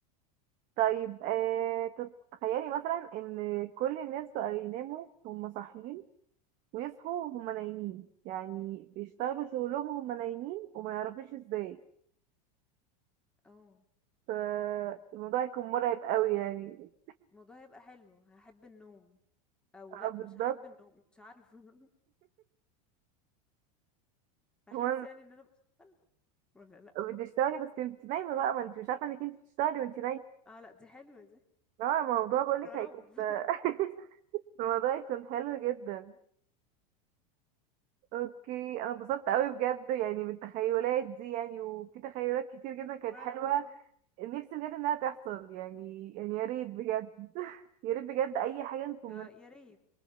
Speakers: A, on the right; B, in the centre.
A: طيب آه تخيلي مثلا إن كل الناس بقى يناموا وهم صاحيين ويصحوا وهم نايمين يعني بيشتغلوا شغلهم وهم نايمين وما يعرفوش ازاي
B: او
A: فالموضوع يكون مرعب قوي يعني
B: الموضوع هيبقى حلو هحب النوم او
A: اه
B: لا
A: بالظبط
B: مش هحب النوم مش عارفه <laughs> هحس
A: هو
B: يعني ان انا بشتغل ولا لا
A: بتشتغلي بس انت نايمة بقى ما انت مش عارفة انك انت بتشتغلي وانت نايمة
B: اه لا دي حلوة دي
A: اه الموضوع بقولك
B: يا رب
A: هيكون
B: <laughs>
A: <laughs> الموضوع يكون حلو جدا اوكي انا اتبسطت قوي بجد يعني بالتخيلات دي يعني وفي تخيلات كتير جدا كانت
B: وانا
A: حلوة
B: والله
A: نفسي بجد انها تحصل يعني يعني يا ريت بجد <laughs> يا ريت بجد اي حاجة نكون
B: يا يا ريت